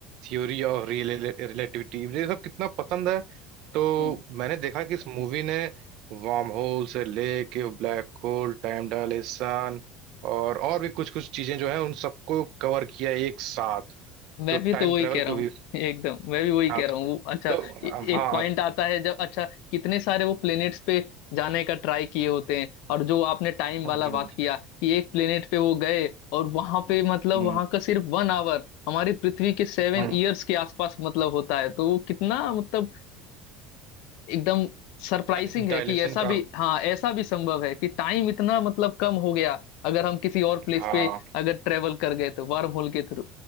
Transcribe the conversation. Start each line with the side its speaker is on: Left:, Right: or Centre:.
Right: थ्योरी और रिलेटिविटी मुझे ये सब कितना पसंद है तो
Left: जी
Right: मैंने देखा कि इस मूवी ने वार्म होल से लेके ब्लैक होल टाइम डायलेशन और और भी कुछ कुछ चीजें जो है उन सबको कवर किया है एक साथ
Left: मैं
Right: तो
Left: भी
Right: टाइम
Left: तो वही
Right: ट्रेवल
Left: कह
Right: को
Left: रहा हूँ
Right: भी
Left: एकदम मैं भी वही कह
Right: हाँ
Left: रहा हूँ वो- अच्छा
Right: तो
Left: ए-
Right: हाँ
Left: एक पॉइंट आता है जब अच्छा कितने सारे वो प्लेनेट्स पे जाने का ट्राई किए होते हैं और जो आपने टाइम
Right: हम्म,
Left: वाला बात किया कि एक प्लेनेट पे वो गए और वहां पे मतलब
Right: हम्म,
Left: वहां का सिर्फ वन आवर हमारी पृथ्वी के सेवन
Right: हम्म,
Left: ईयर्स के आसपास मतलब होता है तो वो कितना मतलब एकदम सरप्राइजिंग
Right: टाइम
Left: है
Right: डायलेशन
Left: कि ऐसा भी
Right: का
Left: हाँ ऐसा भी संभव है कि टाइम इतना मतलब कम हो गया अगर हम किसी और प्लेस
Right: हाँ
Left: पे अगर ट्रेवल कर गए तो वर्म होल के थ्रू